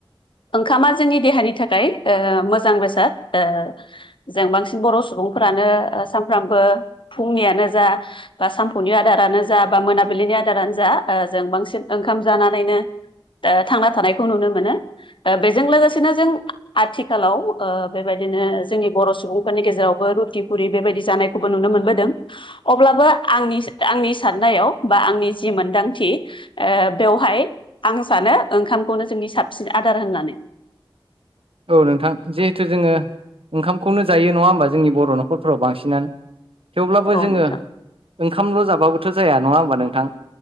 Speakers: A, on the left (about 65°); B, on the right (about 80°).
A: ओंखामा जोंनि देहानि थाखाय ओ मोजां बेसाद ओ जों बांसिन बर' सुबुंफ्रानो सानफ्रामबो फुंनियानो जा बा सानफौनि आदारानो जा बा मोनाबिलिनि आदारानो जा ओ जों बांसिन ओंखाम जानानैनो ओ थांना थानायखौ नुनो मोनो। बेजों लोगोसेनो जों आथिखालाव बेबायदिनो जोंनि बर' सुबुंफोरनि गेजेरावबो रुटि पुरि बेबायदि जानायखौ नुनो मोनदों अब्लाबो आंनि आंनि साननायाव बा आंनि जि मोनदांथि बेवहाय आं सानो ओंखामखौनो जोंनि साबसिन आदार होननानै।
B: औ नोंथां जिहेथु जोङो ओंखामखौनो जायो नङा होमबा जोंनि बर' न'खरफोराव बांसिनानो थेवब्लाबो
A: औ
B: जोङो
A: नोंथां
B: ओंखामल' जाबाबोथ' जाया नङा होमबा नोंथां?